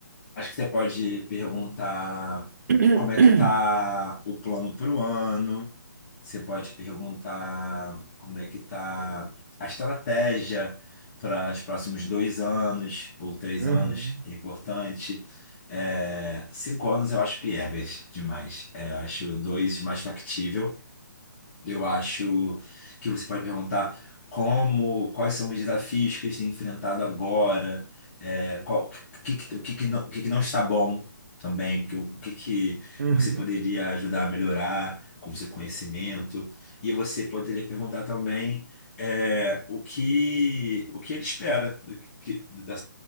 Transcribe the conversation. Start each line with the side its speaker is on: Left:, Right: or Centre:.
Left: Acho que você pode perguntar
Right: <coughs>
Left: como é que tá
Right: <clears throat>
Left: o plano para o ano. Você pode perguntar como é que tá a estratégia para os próximos dois anos ou três
Right: Uhum,
Left: anos. É importante. É, cinco anos eu acho piegas demais. É, eu acho dois mais factível. Eu acho que você pode perguntar como, quais são os desafios que eles têm enfrentado agora, é, qual- o que, que- o que, que não, o que que não está bom também, que o o que, que
Right: uhum,
Left: você poderia ajudar a melhorar com seu conhecimento. E você poderia perguntar também é, o que, o que ele espera do que- da-